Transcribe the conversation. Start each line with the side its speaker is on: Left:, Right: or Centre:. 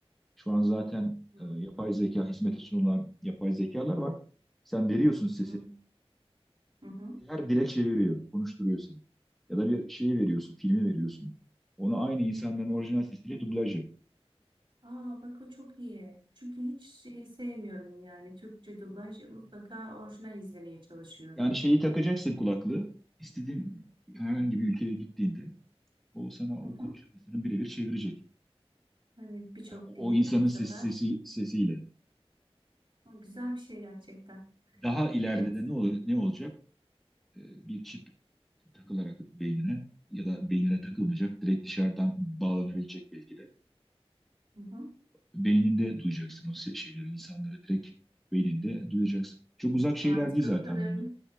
Centre: Şu an zaten
Right: Hı hı.
Centre: e, yapay zeka hizmete sunulan yapay zekalar var. Sen veriyorsun sesi
Right: hı, hı hı.
Centre: her dilekçe veriyor, konuşturuyor seni. Ya da bir şeyi veriyorsun, filmi veriyorsun. Onu aynı insanların orijinal sesiyle dublaj yap.
Right: Aa bak o çok iyi. Çünkü hiç şey sevmiyorum yani Türkçe dublaj E, mutlaka orijinal izlemeye çalışıyorum.
Centre: Yani şeyi takacaksın kulaklığı. İstediğin herhangi bir ülkeye gittiğinde o sana
Right: Hı hı.
Centre: o konuşan insanı birebir çevirecek.
Right: Evet birçok
Centre: Yani o,
Right: dili
Centre: o insanın
Right: bu sefer.
Centre: sesi, sesi sesiyle.
Right: Aa, Güzel bir şey gerçekten.
Centre: Daha ileride
Right: Evet.
Centre: de ne ol- ne olacak? Ee, bir çip takılarak beynine ya da beynine takılmayacak, direkt dışarıdan bağlanabilecek belki de.
Right: Hı hı.
Centre: beyninde duyacaksın o se- şeyleri insanlara direkt beyninde duyacaksın. Çok uzak şeyler
Right: Artık
Centre: değil
Right: o
Centre: zaten
Right: kadarını
Centre: bunlar.